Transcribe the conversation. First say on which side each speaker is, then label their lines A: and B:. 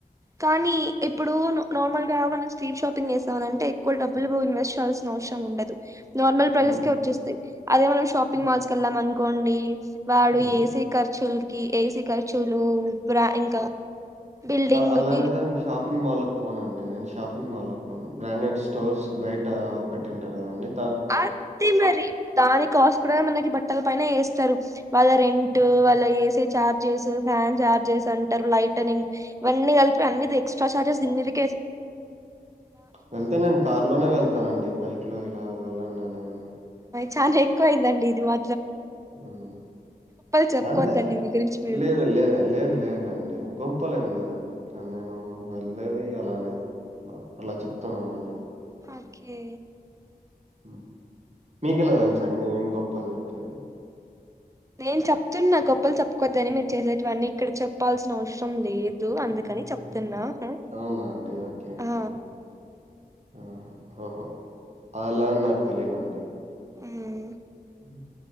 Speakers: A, on the right (about 20°); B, on the right (about 45°).
A: కానీ ఇప్పుడు నార్మల్గా మనం స్ట్రీట్ షాపింగ్ చేసే కావలంటే అంటే ఎక్కువ డబ్బులు బొయిన ఇన్వెస్ట్ పెట్టల్సినవసరం ఉండదు నార్మల్ ప్రైజెస్
B: అవునా!
A: కే వచ్చేస్తాయి అదే మనం షాపింగ్
B: హ్మ్.
A: మాల్స్ కి కెళ్ళామను పొండీ వాడు
B: హ్మ్.
A: ఏసి ఖర్చులు కి ఏసి ఖర్చుల్ నిద్ర ఇంకా బిల్డింగ్
B: అలాంటిదాన్ని
A: వి
B: షా షాపింగ్ మాల్ కి పోనండి నేను షాపింగ్ మాల్ కి పోను బ్రాండెడ్ స్టోర్స్ కి బయట పెట్టింటారు కదండి
A: అంతే మరి దాని కాస్ ప్రే మనకి బట్టల పైన ఏస్తారు. వాళ్ళ రెంటు
B: హ్మ్.
A: వాళ్ళ AC charges fan charges అంటారు లైటనింగ్ ఇవన్నీ కలిపి అన్ని ఎక్స్ట్రా చార్జెస్ దీనిమీదికి
B: వెళ్తే నేను కార్ లోనే వెళ్తానండి బైక్ లో ఇలా వెళ్ళన్నా నేను
A: చాంజ్ ఎక్కువ అయిందండి ఇది మా
B: మ్
A: చెప్పుకోవద్దండి
B: అంటే
A: మీ గురించి మీరు
B: లేదు లేద లేదు లేదండి గొప్ ప్పలేం లేదండి ఇట్లా నేను వెళ్లేది అలానే అట్లా అలా చెప్తున్నానండి.
A: ఓకె
B: ఉ మీకెలా తెలుసండి మేము గొప్ పల్ చెప్పేది
A: నేను చెప్తున్నా గొప్ ప్పులు చెప్పుకోవద్దని మీర్ చేసేటివన్నీ ఇక్కడ చెప్ ప్పాల్సిన అవశ్రం లేద్ దు అందుకని
B: అవును
A: చెప్తున్నా
B: అవునా
A: అ
B: అవునా అండి ఓకే అండి.
A: ఆ
B: ఆహా ఓహో అలా అని నాకు తెలిదండి.
A: ఉం
B: ఉ